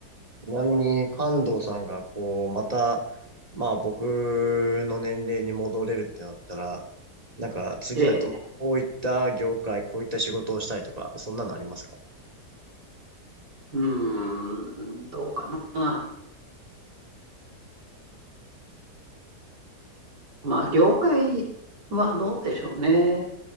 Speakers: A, on the right; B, on the right.
A: なみに、関東さんが、こう、また、まあ、僕の年齢に戻れるってなったら、なんか、次はどう、
B: ええ、
A: こういった業界、こういった仕事をしたいとか、そんなのありますか
B: うん、どうかな。まあ、業界はどうでしょうね。